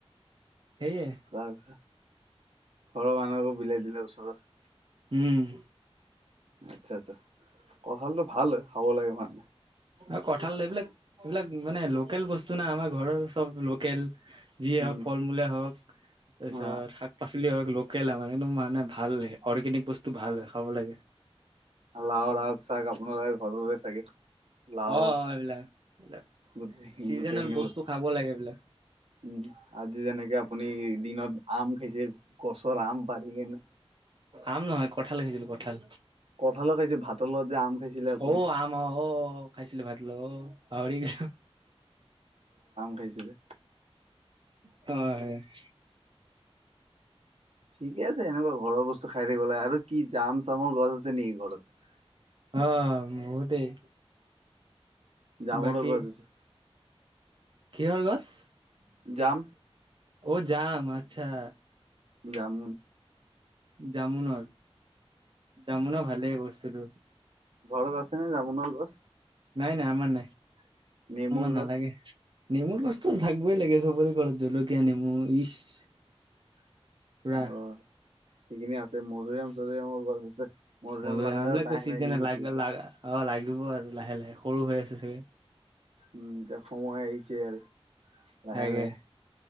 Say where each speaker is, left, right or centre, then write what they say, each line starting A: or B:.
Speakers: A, on the right; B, on the right.
A: সেয়ে
B: ত <unintelligible> ঘৰ মানহক বিলাই দিলে ওচৰত।
A: উম।
B: আচ্ছা আছা। কঁঠালতটো ভাল হয়। খাব লাগে মানহে।
A: অ কঁঠাল এইবিলাক এইবিলাক মানে লোকেল বস্তু না আমাৰ ঘৰৰ চব লোকেল। যিয়ে
B: উম
A: হওক ফল মূলে হওক তাৰপিছত
B: অ
A: শাক পাচলিয় হওক লগ কেলা মানে ভাল অৰ্গেনিক বস্তু। টো ভাল হয় খাব লাগে।
B: লাওৰ আগ চাক আপোনালোকৰ ঘৰৰে চাগে। লাও,
A: অ অ এইবিলাক এইবিলাক
B: গো
A: চিজনেল
B: গোটেইখিনি বস্তু,
A: খাব লাগে এইবিলাক
B: উম আজি যেনেকে আপুনি দিনত আম খাইছে গছৰ আম পাৰি কেনে।
A: আম নহয় কঁঠাল খিছিলো কঁঠাল।
B: কঁঠালৰ খাইছে ভাতৰ লগ যে আম খাইছিলে আপ
A: অ আম অ অ খাইছিলো ভাতৰ লগত উ পাহৰি গৈ
B: গৈছিলো।
A: হয়। <inaudible>
B: ঠিকে আছে এনেুৱা ঘৰৰ বস্তু খাই থাকিব লাগ আৰু কি জাম চামৰ গছ আছে নেকি ঘৰত?
A: অ বহুতেই।
B: জামৰ
A: বাকী
B: গছছে
A: কিহৰ গছ?
B: জাম।
A: অ যাম আচ্ছা।
B: যাম
A: যামু ন যামু ন ভালে বস্তুটো।
B: ঘৰত আছে ন জামুনৰৰ গছ?
A: নাই নাই আমাৰ নাই।
B: নেমুৰ
A: আমাৰ
B: গছ
A: নালাগে। নেমুৰ গছটো থাকবই লাগে চবৰে ঘৰত জলকীয়া নেমু ইচ। পুৰা
B: অঁ। সিখিনি আছে মধুৰিআম চধুৰিআমৰ গছ আছে। মধুৰিআম
A: মধুৰি
B: লগাৰ
A: আম এইবিলাকো
B: টাইম
A: চিজনে
B: আহি গৈছে
A: লাগ
B: এতিয়া
A: অ লাগিব। হব আৰু লাহে লাহে সৰু হৈ আছে চাগে।
B: উম এ সময় আহিছে আৰু। লাহে
A: তাকে
B: লাহে